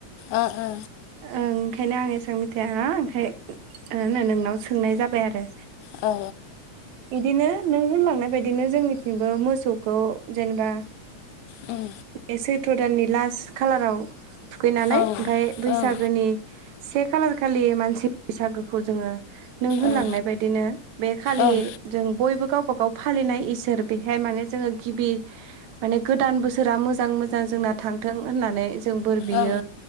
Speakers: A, on the left; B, on the right.
A: ओ ओ
B: ओं ओंखायनो आं एसेबां मिथिया ओंखायो नोंनाव सोंनाय जाबाय आरो
A: औ
B: बिदिनो नों होनलांनाय बायदिनो जोंनिथिंबो मोसौखौ जेनोबा
A: उम
B: बे सैथ्र' दाननि लास्ट खालाराव थुखैनानै
A: औ ओं
B: आमफाय बैसागोनि
A: ओं
B: से खालार खालि मानसि बैसागोखौ जोङो नों होनलांनाय
A: ओं
B: बादिनो बे खालि
A: ओं
B: जों बयबो गावबा गाव फालिनाय इसोर बेहाय माने जोङो गिबि माने गोदान बोसोरा मोजां मोजां जोंना थांथों होननानै जों बोर बियो
A: ओं